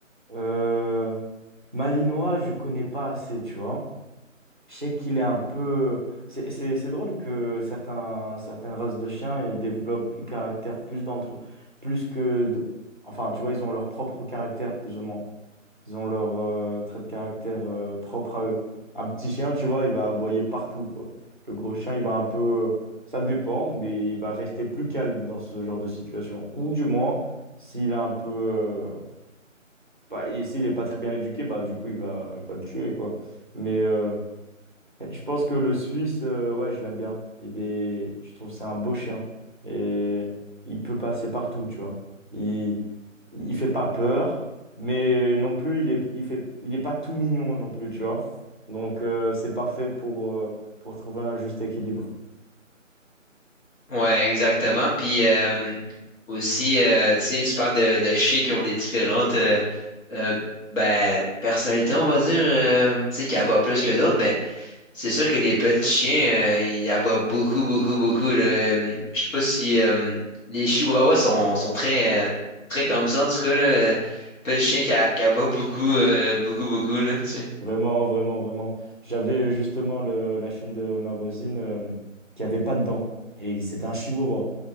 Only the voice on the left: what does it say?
Ouais, exactement. Puis euh, aussi, euh, tu sais, tu parles de, de chiens qui ont des différentes euh, euh, ben, personnalités, on va dire, euh, tu sais, qui aboient plus que d'autres. C'est sûr que les petits chiens, euh, ils aboient beaucoup, beaucoup, beaucoup. là. Euh, Je sais pas si euh, les chihuahuas sont, sont très, euh, très comme ça. En tout cas, là, euh, petit chien qui, a- qui aboie beaucoup, euh, beaucoup, beaucoup, là, tu sais.